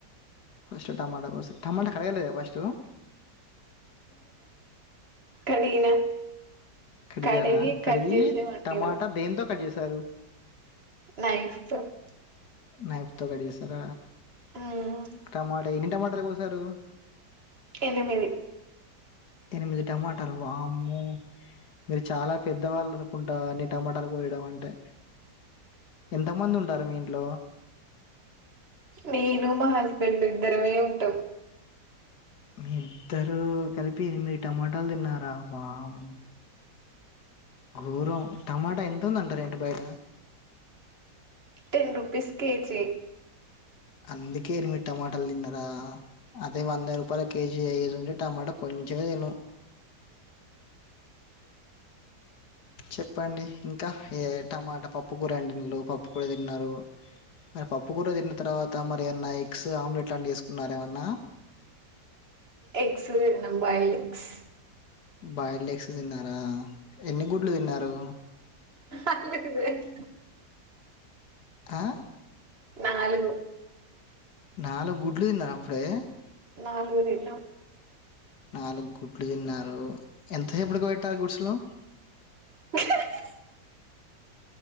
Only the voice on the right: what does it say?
కడిగిన
కడిగి
కట్ చేసి వండిన
న
ఉమ్
ఎనిమిది
నేను మా హస్బెండ్ ఇద్దరమే ఉంటాం
టెన్ రుపీస్ కేజీ
ఎగ్స్న్నా బైల్ ఎగస్
అ లేద
నాలుగు
నాలుగు దిన్నా
కె హ హ